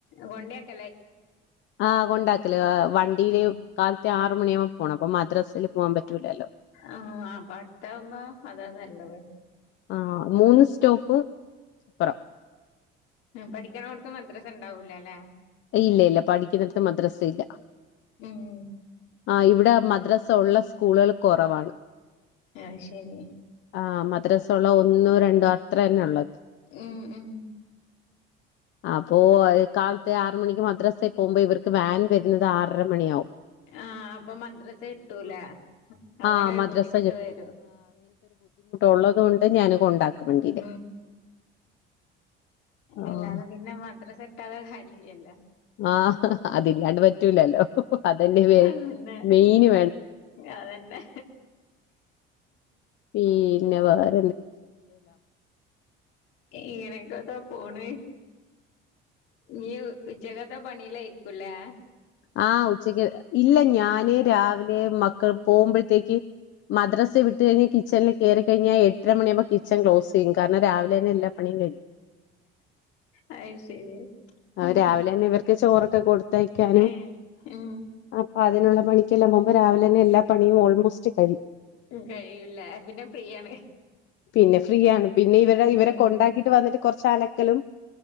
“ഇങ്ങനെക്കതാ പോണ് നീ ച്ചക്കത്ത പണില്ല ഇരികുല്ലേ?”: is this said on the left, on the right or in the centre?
Left